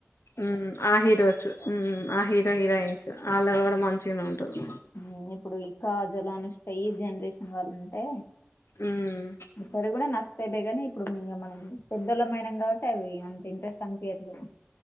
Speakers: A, on the left; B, on the left.
A: ఉమ్ ఆ హీరోస్ ఉమ్ ఆ హీరో హీరోయిన్స్ ఆళ్ళవి గుడా మంచిగానే ఉంటవి
B: మ్ ఇప్పుడు ఈ కాజల్ అనుష్క ఈ జనరేషన్ వాళ్ళు ఉంటే
A: మ్మ్
B: ఇక్కడు గుడా న తేలే గాని ఇప్పుడు ఉమ్ ఇంగమనం పెద్దోళ్లమయినం గాబట్టి అవి అంత ఇంట్రెస్ట్ అనిపియ్యట్లేదు